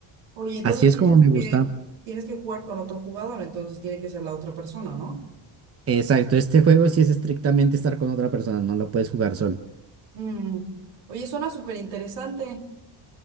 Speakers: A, on the right (about 80°); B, on the right (about 30°).
A: Oye, entonces
B: Así es
A: tienes
B: como me gusta.
A: que, tienes que jugar con otro jugador, entonces tiene que ser la otra persona, ¿no?
B: Exacto, este juego sí es estrictamente estar con otra persona, no lo puedes jugar solo.
A: Mm. Oye, suena súper interesante.